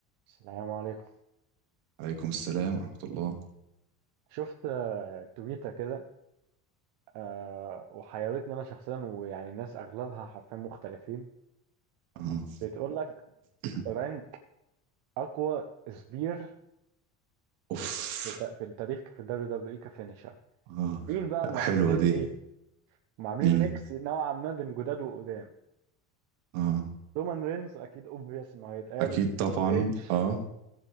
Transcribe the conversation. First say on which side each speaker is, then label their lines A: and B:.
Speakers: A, on the right (about 65°); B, on the right (about 80°).
A: السلام عليكم
B: عليكم السلام ورحمة الله
A: شفت آه، تويتة كده آه، وحيرتني أنا شخصيا ويعني الناس أغلبها حرفيا مختلفين
B: آه.
A: بتقول لك
B: <coughs>
A: رانك أقوى سبير
B: أوف
A: في في- في التاريخ في الدبليو دبليو إي كفينيشر
B: آه.
A: مين بقى اللي
B: حلوة
A: محطوطين
B: دي
A: فيه؟ وعاملين
B: مين
A: ميكس نوعا ما بين جداد وقدام
B: آه.
A: رومان رينز أكيد أوبفيوس إنه هيتقال
B: أكيد طبعا
A: إيدج
B: آه